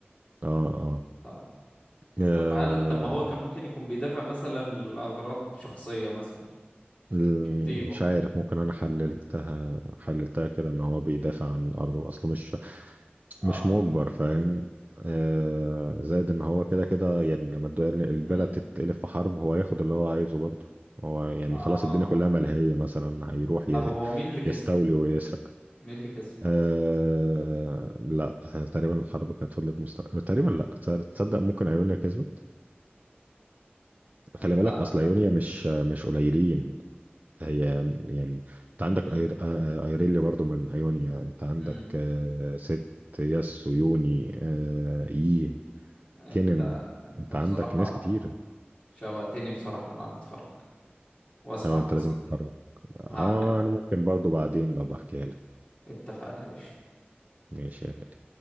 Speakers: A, on the right (about 40°); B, on the left (about 30°).
A: آه آه,
B: طب
A: آه
B: طب هل طب ما هو كان ممكن يكون بيدافع مثلا لأغراض شخصية مثلا
A: ال-
B: طيبة
A: مش عارف ممكن انا حللتها
B: فاهم؟
A: حللتها كده ان هو بيدافع عن ارضه اصله مش
B: اه
A: مش مجبر فاهم آه زائد ان هو كده كده يعني لما الد- البلد
B: امم
A: تتقلب في حرب هو ياخد اللي هو عايزه برضه هو يعني
B: اه
A: خلاص الدنيا كلها ملهية مثلا هيروح ي-
B: طب هو مين اللي كسب
A: يستولي ويسرق
B: مين اللي كسب
A: آه لا تقريبا الحرب كانت فضلت مستمرة تقريبا لا تصدق ممكن ايونيا كسبت
B: انت
A: خلي بالك اصل ايونيا مش مش قليلين هي يعني انت عندك
B: مم.
A: أير... آه، آه، ايريليا برضو من ايونيا انت عندك
B: مم.
A: آه، ست ياس ويوني آه، اي
B: انت
A: كينن
B: انت
A: انت
B: بصراحة
A: عندك ناس كتير
B: شوقتني بصراحة ان انا اتفرج واسمع
A: اه
B: القصص
A: انت لازم تتفرج
B: دي
A: اه
B: هعمل
A: انا ممكن برضو بعدين ابقى احكيها لك
B: اتفقنا يا باشا
A: ماشي يا غالي